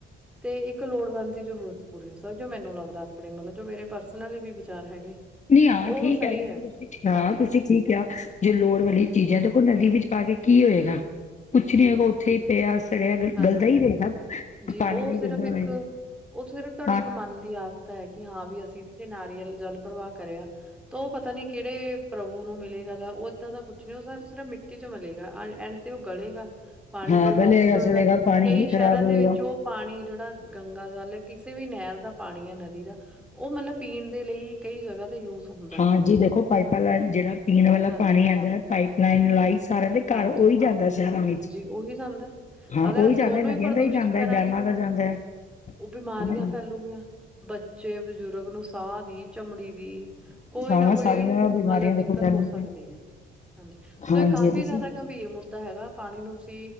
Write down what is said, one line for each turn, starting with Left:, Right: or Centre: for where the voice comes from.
Centre: ਤੇ ਇੱਕ ਲੋੜਵੰਦ ਦੀ ਜ਼ਰੂਰਤ ਪੂਰੀ ਹੋ ਸਕਦੀ ਜੋ ਮੈਨੂੰ ਲੱਗਦਾ ਆਪਣੇ ਮਤਲਬ ਜੋ ਮੇਰੇ ਪਰਸਨਲੀ ਵੀ ਵਿਚਾਰ ਹੈਗੇ-
Left: ਨਹੀਂ ਹਾਂ
Centre: ਤਾਂ ਉਹ
Left: ਠੀਕ
Centre: ਸਹੀ
Left: ਹੈ ਕਿ ਤੁਸੀਂ ਹਾਂ
Centre: ਹਾਂਜੀ
Left: ਤੁਸੀਂ ਠੀਕ ਕਿਹਾ ਜੋ ਲੋੜ ਵਾਲੀ
Centre: ਜੀ
Left: ਚੀਜ਼ਾਂ ਦੇਖੋ ਨਦੀ ਵਿੱਚ- ਪਾ ਕੇ ਕੀ ਹੋਏਗਾ ਕੁੱਛ ਨੀ
Centre: ਜੀ
Left: ਹੋਏਗਾ ਉੱਥੇ ਹੀ ਪਿਆ ਸੜਿਆ
Centre: ਹਾਂਜੀ
Left: ਗਲਦਾ ਹੀ ਰਹੇਗਾ-
Centre: ਜੀ
Left: ਪਾਣੀ
Centre: ਉਹ
Left: ਵੀ
Centre: ਸਿਰਫ
Left: ਗੰਦਾ
Centre: ਇੱਕ
Left: ਹੋਏਗਾ
Centre: ਉਹਥ ਸਿਰਫ ਤੁਹਾਡੀ
Left: ਹਾਂ
Centre: ਇੱਕ ਮਨ ਦੀ ਆਸਥਾ ਹੈ ਕਿ ਹਾਂ ਵੀ- ਇੱਥੇ ਨਾਰੀਅਲ ਜਲ ਪ੍ਰਵਾਹ ਕਰਿਆ- ਤਾਂ ਉਹ ਪਤਾ ਨੀ ਕਿਹੜੇ ਪ੍ਰਭੂ ਨੂੰ ਮਿਲੇਗਾ ਜਾਂ ਇਦਾ ਦਾ ਕੁਛ ਨੀ ਉਹ ਸਿਰਫ ਮਿੱਟੀ ਚ ਮਿਲੇਗਾ ਐਂਡ- ਤੇ ਉਹ ਗਲੇਗਾ ਪਾਣੀ
Left: ਹਾਂ
Centre: ਪ੍ਰਦੂਸ਼ਿਤ
Left: ਗਲੇਗਾ
Centre: ਹੋਏਗਾ
Left: ਸੜੇਗਾ ਪਾਣੀ
Centre: ਕਈ
Left: ਹੀ
Centre: ਸ਼ਹਿਰਾਂ
Left: ਖ਼ਰਾਬ ਹੋਏਗਾ
Centre: ਦੇ ਵਿੱਚ- ਉਹ ਪਾਣੀ ਜਿਹੜਾ ਗੰਗਾ ਜਲ ਕਿਸੇ ਵੀ ਨਹਿਰ ਦਾ ਪਾਣੀ ਹੈ ਨਦੀ ਦਾ- ਉਹ ਮਤਲਬ ਪੀਣ ਦੇ ਲਈ ਕਈ ਜਗ੍ਹਾ- ਯੂਸ ਹੁੰ-
Left: ਹਾਂਜੀ ਦੇਖੋ ਪਾਈਪਾਂ ਜਿਹੜਾ ਪੀਣ ਵਾਲਾ
Centre: ਹਾਂਜੀ,
Left: ਪਾਣੀ ਆਉਂਦਾ ਪਾਈਪ ਲਾਈਨ
Centre: ਜੀ,
Left: ਲਾਈ ਸਾਰਿਆਂ ਦੇ-
Centre: ਹਾਂਜੀ,
Left: ਘਰ ਉਹੀ ਜਾਂਦਾ ਸ਼ਹਿਰਾਂ ਵਿੱਚ
Centre: ਜੀ ਉਹੀ ਜਾਂਦਾ, ਹੈ।
Left: ਹਾਂ
Centre: ਅਗਰ
Left: ਉਹੀ
Centre: ਅਸੀਂ
Left: ਜਾਂਦਾ
Centre: ਉਹਨੂੰ
Left: ਨਦੀਆਂ
Centre: ਪ੍ਰਦੂਸ਼ਿਤ
Left: ਦਾ ਹੀ ਜਾਂਦਾ-
Centre: ਕਰਾਂਗੇ
Left: ਡੈਮਾਂ ਦਾ ਜਾਂਦਾ ਐ -
Centre: ਉਹ <unintelligible> ਬੱਚੇ ਬਜ਼ੁਰਗ ਨੂੰ ਸਾਹ ਦੀ ਚਮੜੀ ਦੀ- ਕੋਈ
Left: ਹਾਂ
Centre: ਨਾ
Left: ਸਾਰੀਆਂ
Centre: ਕੋਈ ਮਤਲਬ
Left: ਬਿਮਾਰੀਆਂ
Centre: ਦਿੱਕਤ
Left: ਦੇਖੋ ਫੈਲਣਗੀਆਂ
Centre: ਹੋ ਸਕਦੀ ਐ - ਹਾਂਜੀ ਸੋ
Left: ਹਾਂਜੀ
Centre: ਇਹ ਕਾਫ਼ੀ
Left: ਤੁਸੀਂ
Centre: ਜ਼ਿਆਦਾ ਗੰਭੀਰ ਮੁੱਦਾ ਹੈਗਾ- ਪਾਣੀ ਨੂੰ ਅਸੀਂ